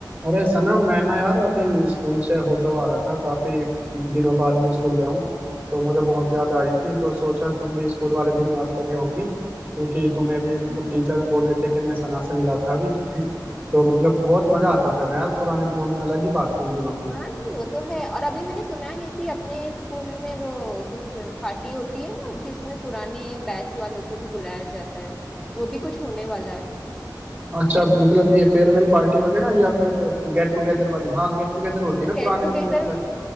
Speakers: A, on the right; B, in the centre.
A: अरे सना मैं ना यार अभी स्कूल से होता हुआ आ रहा था काफी दिनों बाद मैं स्कूल गया हूँ तो मुझे बहुत याद आ रही थी तो सोचा तुम भी स्कूल वाले दिन याद कर रही होंगी क्योंकि तुम्हें भी मतलब
B: हम्म।
A: टीचर बोल रहे थे कि मैं सना से मिला था अभी <laughs> तो मतलब बहुत मजा आता था ना यार पुराने दिनों में अलग ही बात थी उन दिनों की
B: हाँ नहीं वो तो है और अभी मैंने सुना है कि अपने स्कूल में वो कुछ पार्टी होती है ना जिसमें पुराने बैच वालों को भी बुलाया जाता है वो भी कुछ होने वाला है
A: अच्छा मतलब ये फेयरवेल पार्टी वगैरह या फिर गेट टुगेदर वाली हाँ गेट टुगेदर होती है ना
B: गेट
A: पुराने
B: टुगेदर
A: लोगों को बुलाए